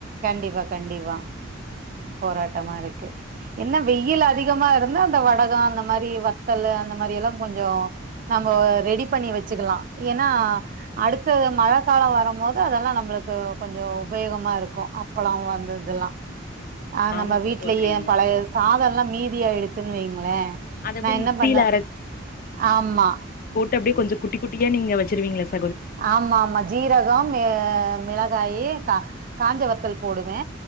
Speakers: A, on the right (about 45°); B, on the left (about 45°).
A: கண்டிப்பா கண்டிப்பா போராட்டமா இருக்கு என்ன வெயில் அதிகமா இருந்தா அந்த வடக அந்த மாரி வ த்தலு அந்த மாரியெல்லா கொஞ்சோ நம் ஆஹ் ரெடி பண்ணி வச்சுக்கலா ஏனா அடுத்த மழக்கால வரம் போது அதெல்லா நம்மளுக்கு கொஞ்ச உபயோகமாக இருக் கு அப்பலா வந்து இதுலா ஆஹ் நம்ம
B: ஆமா
A: வீட்லயே
B: சகோதரி
A: பழைய சாதலா மீதியாய்டுச்சுன் வைங்களே
B: அத அப்படியே
A: நா என்ன
B: மிக்சியில
A: பண்ணே ஆமா
B: ட்டு அப்டே கொஞ்ச குட்டி குட்டியா நீங்க வச்சிருவீங்ளா ச
A: ஆமா ஆமா ஜீரகம் ஆஹ் மிளகாயி கா காஞ்ச வத்தல் போடுவோ